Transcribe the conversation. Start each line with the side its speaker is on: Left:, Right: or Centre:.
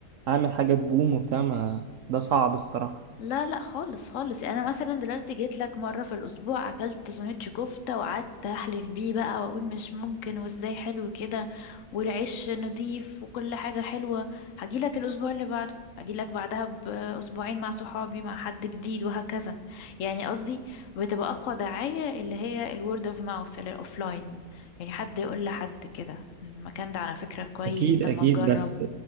Right: اعمل حاجة تبوم وبتاع ما ده صعب الصراحة
Left: لا لا خالص خالص يعني انا مثلا دلوقتي جيت لك مره في الاسبوع اكلت سندوتش كفته وقعدت احلف بيه بقى واقول مش ممكن وازاي حلو كده والعيش نضيف وكل حاجه حلوه هجي لك الاسبوع اللي بعده هجي لك بعدها باسبوعين مع صحابي مع حد جديد وهكذا يعني قصدي بتبقى اقوى دعايه اللي هي الورد اوف ماوث الاوفلاين يعني حد يقول لحد كده المكان ده على فكره كويس
Right: اكيد
Left: طب
Right: اكيد
Left: ما تجرب
Right: بس